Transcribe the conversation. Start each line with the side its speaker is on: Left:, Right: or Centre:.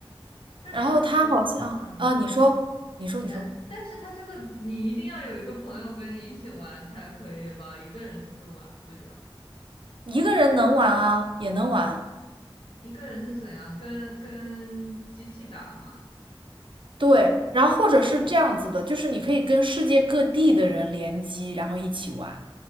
Left: 但是我，
Right: 然后他好像，
Left: 嗯，你说，
Right: 啊，你说，你说，你说，
Left: 但但是它这个你一定要有一个朋友跟你一起玩才可以吧？一个人是不是玩不了？
Right: 一个人能玩啊，也能玩。
Left: 一个人是怎样？跟跟机器打嘛？
Right: 对，然后或者是这样子的，
Left: 哦，
Right: 就是你可以跟世界各地的人联机，然后一起玩。